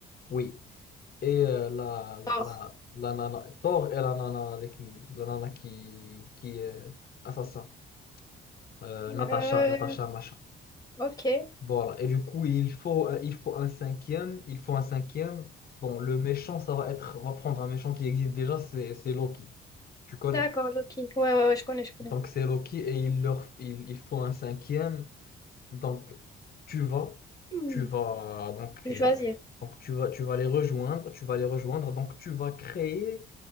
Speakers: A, on the left; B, on the left.
A: oui, et euh, la, la,
B: Thor.
A: la, la nana, Thor et la nana, avec, la nana qui, qui est assassin, euh, Natasha,
B: Euh,
A: Natasha, machin.
B: ok.
A: Voilà. Et du coup, il faut, euh, il faut un cinquième, il faut un cinquième. Bon, le méchant, ça va être, on va prendre un méchant qui existe déjà, c'est c'est Loki. Tu connais?
B: D'accord, Loki. Ouais, ouais, ouais, je connais, je connais.
A: Donc, c'est Loki et il leur il, il faut un cinquième. Donc, tu vas,
B: Hmm.
A: tu vas, donc,
B: Je vais
A: euh,
B: choisir.
A: donc tu vas, tu vas les rejoindre, tu vas les rejoindre. Donc, tu vas créer